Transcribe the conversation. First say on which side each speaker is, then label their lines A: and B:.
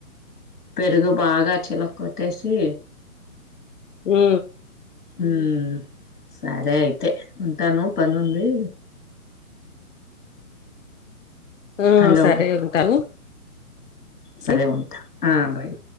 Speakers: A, on the left (about 90°); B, on the left (about 55°).
A: పెరుగు బాగా చిలక్కొట్టిసి
B: హు
A: ఉ సరే అయితే ఉంటాను పని ఉంది
B: ఆ
A: హలో
B: సరే ఉంటాను స
A: సరే ఉంటా ఆ బాయ్